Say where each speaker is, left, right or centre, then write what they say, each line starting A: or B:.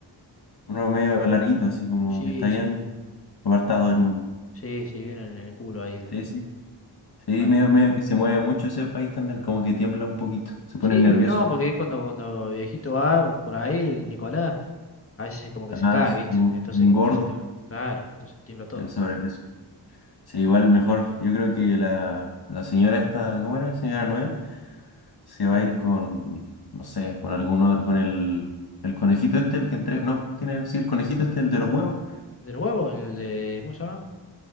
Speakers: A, on the left; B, on the left.
A: uno medio larguito, así como
B: Sí,
A: que está bien
B: sí.
A: apartado
B: como que-
A: del mundo.
B: sí, sí, vienen en el culo ahí del
A: Sí,
B: mundo.
A: sí. Sí,
B: Claro.
A: medio, medio que se mueve mucho ese país también, como que tiembla un poquito, se pone
B: Sí,
A: nervioso.
B: no, porque cuando, cuando viejito va por ahí, el Nicolás, a veces como que
A: Ah,
B: se cae,
A: sí,
B: ¿viste?
A: como
B: Entonces
A: un
B: como
A: gordo
B: que hace temblar. Claro, entonces tiembla todo.
A: y el sobrepeso. Sí, igual mejor. Yo creo que la, la señora esta, ¿cómo era? Señora Noel, se va
B: Sí.
A: a ir con, no sé, con algún otro, con el, el conejito este, el que entrega. No, tiene, sí, el conejito este, el de los huevos.
B: ¿Del huevo? ¿El de... ¿Cómo se llama?